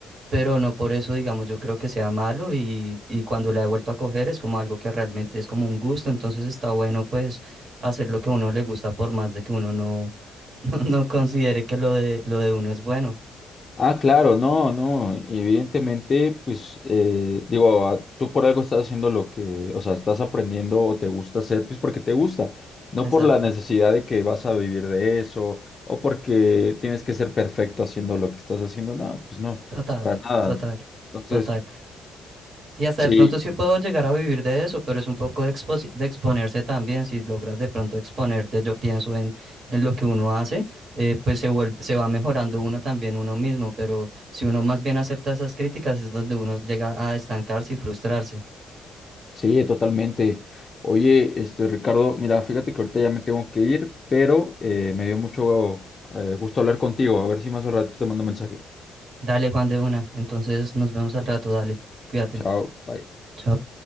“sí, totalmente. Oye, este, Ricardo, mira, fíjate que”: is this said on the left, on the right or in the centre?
Left